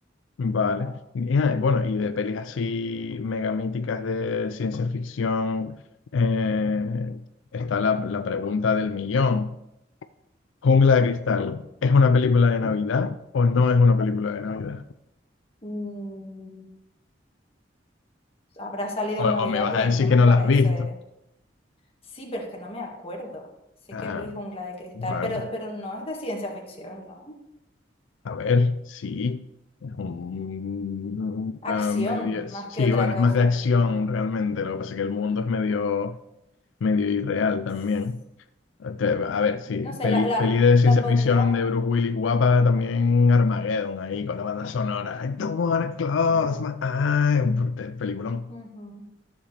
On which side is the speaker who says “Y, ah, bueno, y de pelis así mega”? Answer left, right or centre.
Left